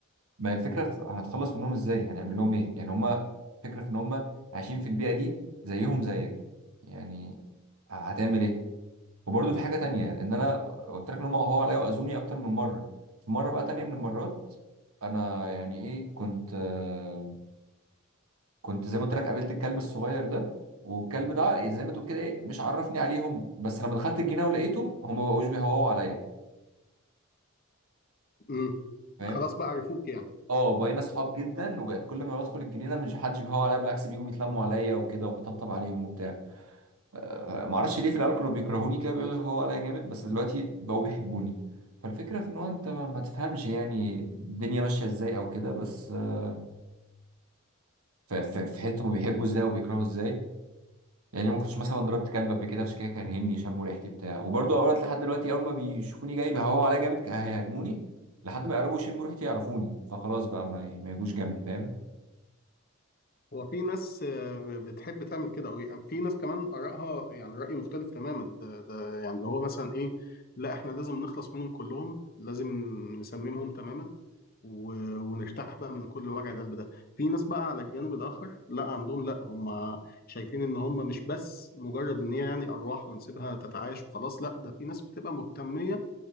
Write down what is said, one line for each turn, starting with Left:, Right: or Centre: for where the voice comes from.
Right: ما هي الفكره في هنتخلص منهم ازاي هنعمل لهم ايه يعني هما الفكره في ان هما عايشين في البيئه دي زيهم زيك يعني هتعمل ايه وبرضه في حاجه تانية ان انا قلت لك ان هم هو عليا واذوني اكتر من مره في مره بقى تانية من المرات انا يعني ايه كنت آه، كنت زي ما قلت لك قابلت الكلب الصغير ده والكلب ده إيه زي ما تقول كده ايه مش عرفني عليهم بس لما دخلت الجنينه ولقيته هم ما بقوش بيهوهوا عليا
Left: امم
Right: فاهم
Left: خلاص بقى عرفوك يعني
Right: اه بقينا اصحاب جدا وبقت كل ما بدخل الجنينه مش حدش بيهوه عليا بالعكس بيجوا بيتلموا عليا وكده وبطبطب عليهم وبتاع آه، ما اعرفش ليه في الاول كانوا بيكرهوني كده بيقولوا هو انا جامد بس دلوقتي بقوا بيحبوني فالفكره في ان هو انت ما, ما تفهمش يعني الدنيا ماشيه ازاي او كده بس آه، ف- ف- في حته ما بيحبوا ازاي وبيكرهوا ازاي يعني ما كنتش مثلا ضربت كلب قبل كده عشان كده كارهني شموا ريحتي بتاع وبرضه اوقات لحد دلوقتي اول ما بيشوفوني جاي بيهوا عليا جامد هيهاجموني لحد ما يقربوا يشموا ريحتي يعرفوني فخلاص بقى ما, ما يجوش جنبي فاهم
Left: هو في ناس آه، بتحب تعمل كده او يعني في ناس كمان آرائها يعني رأي مختلف تماما ده ده يعني اللي هو مثلا ايه لا احنا لازم نخلص منهم كلهم لازم نسممهم تماما و- ونرتاح بقى من كل وجع القلب ده في ناس بقى على الجانب الآخر لا عندهم لا هم شايفين ان هم مش بس مجرد ان هي يعني أرواح ونسيبها تتعايش وخلاص لا ده في ناس بتبقى مهتمة